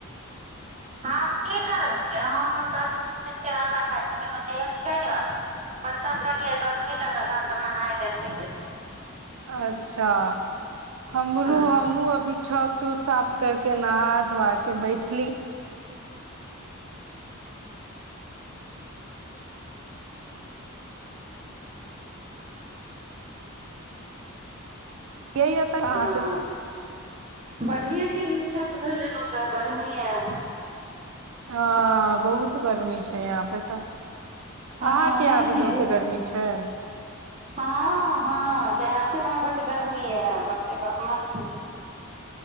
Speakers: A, on the right; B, on the right.
A: हम की करै छियै हम तऽ रूममे छै हवा खाइत छ नहलियै ह बर्तन धोड़लियै गर्मी लगल हन तऽ नहााय लए चोलि लेलहुँँ
B: अच्छा हमरो
A: हँ
B: हमहुँ अभी छतू साफ करके नहाय तो आके बैठ ली यै तऽ अहाँ
A: हँ
B: सब
A: बढ़िए केलूँ छत धो लेलहुँ तऽ गर्मी ह
B: हँ बहुत गर्मी छै यहाँ पे तऽ अहाँके
A: हँ नहि
B: यपे
A: नहि
B: बहुते गर्मी छै ह
A: हँ हँ देहातो मे बड गर्मी ह बापे बाप मत पूछू